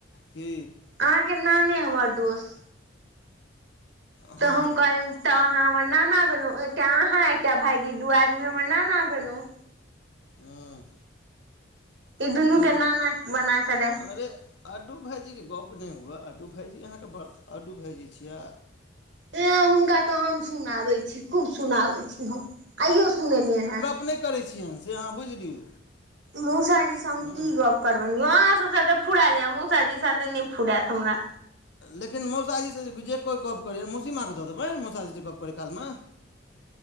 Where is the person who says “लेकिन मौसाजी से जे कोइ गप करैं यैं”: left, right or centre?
Left